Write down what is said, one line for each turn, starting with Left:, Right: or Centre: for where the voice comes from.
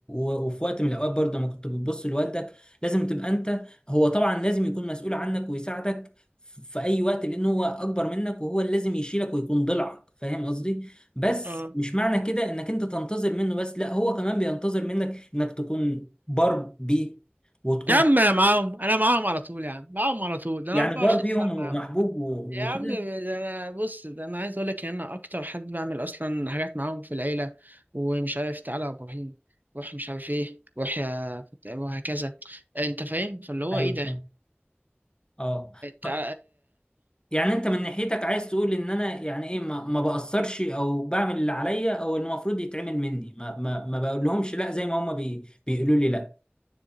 Left: و- وفي وقت من الاوقات برضو لما كنت بتبص لوالدك لازم تبقى انت هو طبعا لازم يكون مسؤول عنك ويساعدك ف- في اي وقت لان هو اكبر منك وهو اللي لازم يشيلك ويكون ضلعك فاهم قصدي بس
Right: اه
Left: مش معنى كده انك انت تنتظر منه بس لا هو كمان بينتظر منك انك تكون باربي وتكون
Right: يا عم انا معاهم انا معاهم على طول يا عم معاهم على طول ده
Left: يعني
Right: انا 24
Left: باربيهم
Right: ساعه معاهم
Left: ومحبوب و-
Right: يا
Left: وكده
Right: عم ده انا بص ده انا عايز اقول لك ان انا اكتر حد بعمل اصلا حاجات معاهم في العيله ومش عارف تعالى يا ابراهيم روح مش عارف ايه روح يا فت- وهكذا انت فاهم فاللي هو
Left: ايوه
Right: ايه
Left: فاهم. اه ط-
Right: ده
Left: يعني انت من ناحيتك عايز تقول ان انا يعني ايه ما, ما بأثرش او بعمل اللي عليا او المفروض يتعمل مني ما ما ما بقول لهمش لا زي ما هم بي بيقولوا لي لا